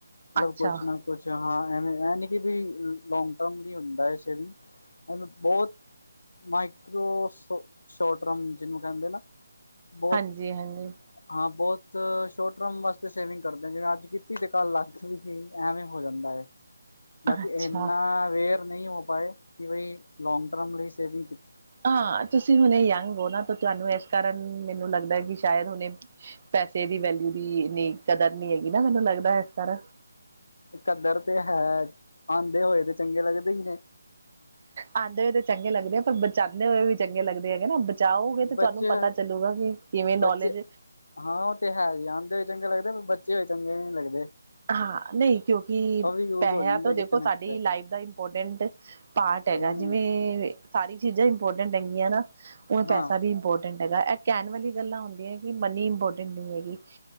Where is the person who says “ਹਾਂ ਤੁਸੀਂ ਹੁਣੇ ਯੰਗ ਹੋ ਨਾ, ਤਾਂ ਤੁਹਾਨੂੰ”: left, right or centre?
Right